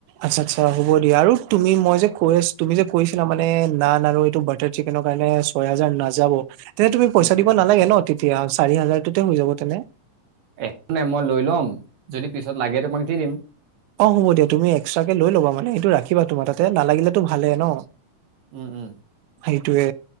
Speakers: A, on the right; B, on the right.
A: আচ্ছা, আচ্ছা হ'ব দিয়া, আৰু তুমি মই যে কৈ আছ তুমি যে কৈছিলা মানে নান আৰু এইটো বাটাৰ চিকেনৰ কাৰণে ছয় হাজাৰ নাযাব, তেন্তে তুমি পইচা
B: উম
A: দিব নালাগে ন' তেতিয়া চাৰি হাজাৰটোতে হৈ যাব তেনে।
B: একো নাই। মই লৈ ল'ম যদি পিছত লাগে তোমাক দি দিম।
A: অ', হ'ব দিয়া তুমি এক্সট্ৰাকে লৈ ল'বা মানে সেইটো ৰাখিবা তোমাৰ তাতে নালাগিলেতো ভালে ন'।
B: উম' উম।
A: সেইটোয়ে